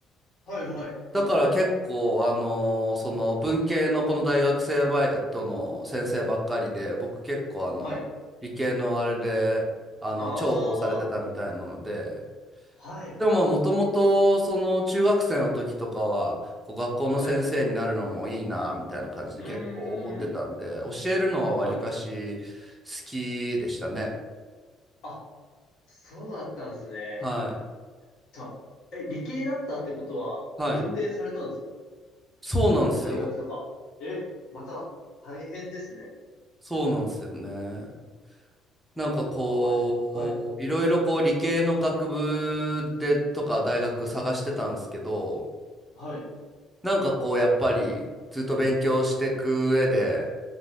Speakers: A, on the left; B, in the centre.
A: はいはい。
B: だから結構、
A: はい。
B: あのーその文系のこの大学生バイトの先生ばっかりで、僕結構あの、
A: はい。
B: 理系のあれで、あの、
A: あ
B: 重宝されてたみたいなので、
A: あ、はい、
B: でももともと、その中学生の時とかは、こう学校の先生になるのもいいな、
A: はい。
B: みたいな感じで結構思ってたんで、
A: うーん、
B: 教えるのはわりかし好きでしたね。
A: はい。あ、そうだったんですね。
B: は
A: と、え、理系だったってことは、文転されたんですか
B: い。はい。そうなんですよ。
A: 大学とか。え、また、大変ですね。
B: そうなんですよね。なんかこう、
A: あ、え、はい、
B: いろいろこう理系の学部でとか大学探してたんですけど、
A: はい、
B: なんかこうやっぱりずっと勉強していく上で、